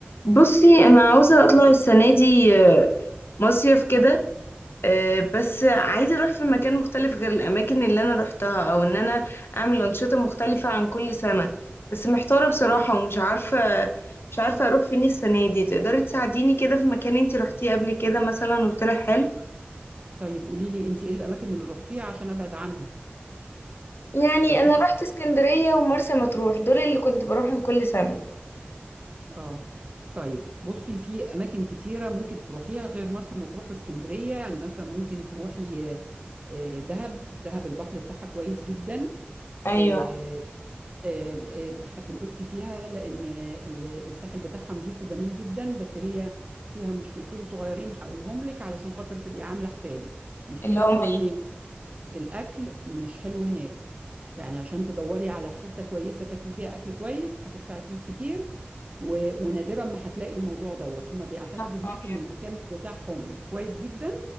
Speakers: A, on the left (about 70°); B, on the right (about 35°).
A: بصي انا عاوزه اطلع السنه دي آه، مصيف كده آه، بس عايزه اروح في مكان مختلف غير الاماكن اللي انا روحتها او ان انا اعمل انشطه مختلفه عن كل سنه بس محتاره بصراحه ومش عارفه مش عارفه اروح فين السنه دي تقدري تساعديني كده في مكان انتي روحتيه قبل كده مثلا وطلع حلو
B: طيب قولي لي انت ايه الاماكن اللي روحتيها عشان ابعد عنها
A: يعني
B: واديكي
A: انا رحت اسكندريه ومرسى مطروح دول اللي كنت بروحهم كل سنه
B: اه طيب بصي في اماكن كتيره ممكن تروحيها غير مرسى مطروح واسكندريه يعني مثلا ممكن تروحي آه، دهب دهب البحر بتاعها كويس جدا
A: ايوه
B: آه، آم، آم، هتنبسطي فيها لان ال- الساحل بتاعها نظيف وجميل جدا بس هي فيها مشكلتين صغيرين هقولهم لك علشان خاطر تبقي عامله حسابك المشكله
A: اللي هم
B: الاولانيه الاكل مش حلو هناك يعني عشان تدوري على حتة كويسة تاكلي فيها اكل كويس هتدفعي فلوس كتير و... ونادرا ما هتلاقي الموضوع دوت هما بيعتمدوا
A: الابيض
B: هناك ان المكان بتاعهم كويس جدا